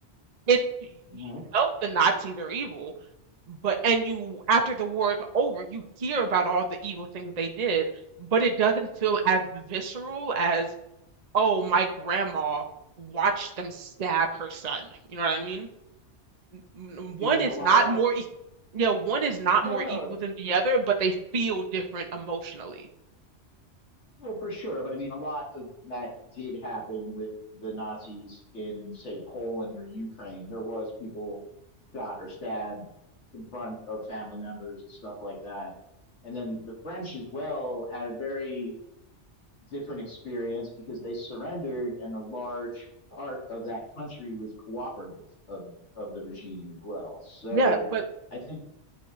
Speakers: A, on the right (about 40°); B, on the left (about 70°).
A: It's you
B: Mhm.
A: know the Nazis are evil, but and you after the war is over, you hear about all the evil things they did, but it doesn't feel as visceral as, oh, my grandma watched them stab her son. You know what I mean? N-
B: I
A: One
B: mean,
A: is
B: a lot
A: not
B: of that.
A: more, e- yeah, one is not
B: No,
A: more
B: no,
A: evil than the other, but they feel different emotionally.
B: Well, for sure, but I mean, a lot of that did happen with the Nazis in, say, Poland or Ukraine. There was people shot or stabbed in front of family members and stuff like that. And then the French as well had a very different experience because they surrendered, and a large part of that country was cooperative of of the regime as well. So
A: Yeah, but
B: I think,